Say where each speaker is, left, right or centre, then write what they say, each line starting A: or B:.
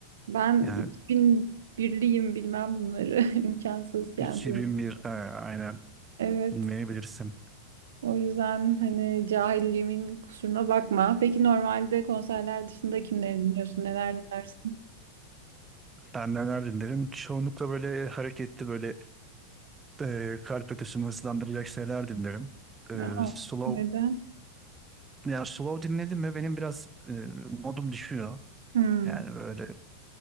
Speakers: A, on the right; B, on the right.
A: Ben
B: Yani
A: 2001'liyim bilmem bunları. <laughs> İmkansız yani.
B: 2001 e, aynen
A: Evet.
B: bilmeyebilirsin.
A: O yüzden hani cahilliğimin kusuruna bakma. Peki normalde konserler dışında kimleri dinliyorsun? Neler dinlersin?
B: Ben neler dinlerim? Çoğunlukla böyle hareketli böyle e, kalp atışımı hızlandıracak şeyler dinlerim.
A: Ya,
B: E, slow.
A: neden?
B: Ya slow dinledim mi benim biraz e, modum düşüyor.
A: Hmm.
B: Yani böyle